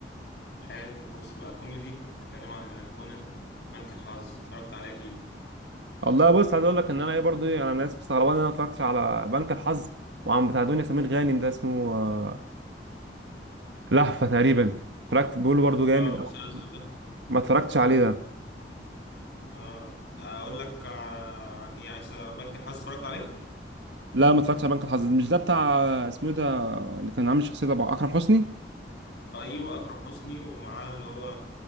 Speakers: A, on the left (about 65°); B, on the right (about 80°).
A: حلو بص بقى كوميدي بتتكلم عن الأيقونة بنك الحظ اتفرجت عليه أكيد
B: والله بص عايز اقول لك ان انا ايه برضو ايه انا الناس مستغربه ان انا ما اتفرجتش على بنك الحظ وعم بتاع دنيا سمير غانم ده اسمه آه، لهفه تقريبا اتفرجت بيقولوا برضو جامد
A: اه المسلسل
B: أوي.
A: ده
B: ما اتفرجتش عليه ده
A: اه أقول لك آه، عن إيه عايز بنك الحظ اتفرجت عليه؟
B: لا ما اتفرجتش على بنك الحظ مش ده بتاع آه، اسمه إيه ده اللي كان عامل شخصيه ده بقى اكرم حسني
A: أيوه أكرم حسني ومعاه اللي هو